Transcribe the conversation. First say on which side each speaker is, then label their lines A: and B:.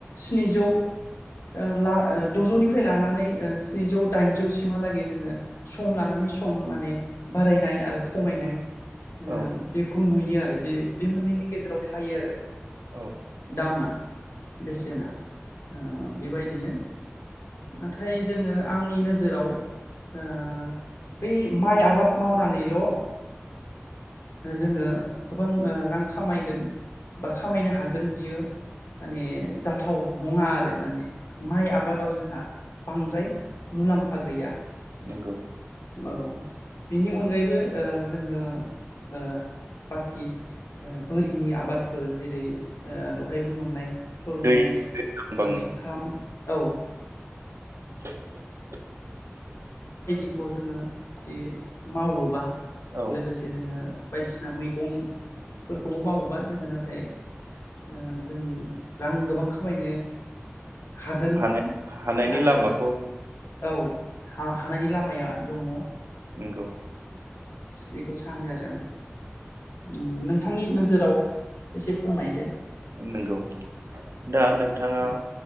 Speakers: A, on the left; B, on the right.
A: स्निजौ ओ ला द'जौनिफ्राय लानानै ओ स्निजौ दाइनजौसिमहालागै जोङो सम लानानै सम माने बारायनाय आरो खमायनाय ओ
B: औ
A: बेख खौ नुयो आरो बे बे मोननैनि गेजेराव थायो आरो
B: औ
A: दामा बेसेना औ बेबायदिनो नाथाय जोङो आंनि नोजोराव ओ बै माइ आबाद मावनानैल' जोङो गोबां ओ रां खामायगोन बा खामायनो हागोन बियो माने जाथाव नङा आरो माने माइ आबादाव जोंहा बांद्राय मुलाम्फा गैया
B: नंगौ
A: औ बिनि अनगायैबो ओ जोङो ओ बाखि ओ बोरिनि आबादफोर जेरै ओ दहाय बुंलांनाय थरमस
B: दै दै नांबांनि
A: ओ औ
B: <unintelligible>
A: बेखौ जोङो जुदि मावोबा
B: औ
A: लोगोसे जोङो बायदिसिना मैगंफोरखौबो मावोबा जोङो नाथाय ओ जों रां गोबां खामायनो हागोन
B: हानाय हानायनि
A: आरो
B: लामाखौ
A: ओ औ हा हानायनि लामाया दङ
B: नोंगौ
A: बेखौ सानो आरो आङो उम नोंथांनि नोजोराव एसे फोरमायदो
B: नोंगौ दा नोंथाङा
A: औ